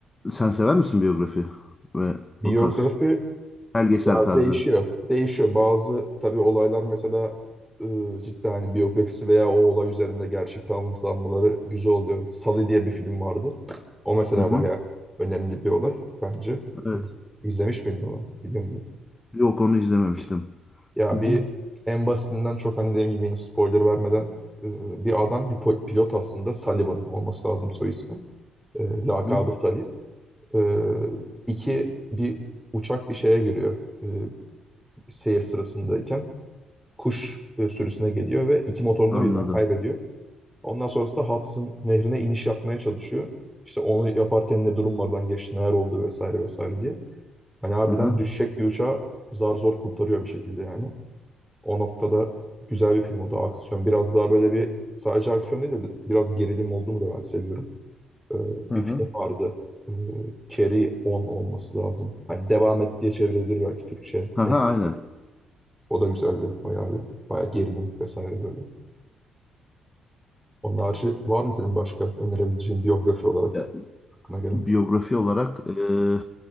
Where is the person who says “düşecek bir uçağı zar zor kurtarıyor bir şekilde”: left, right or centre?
Centre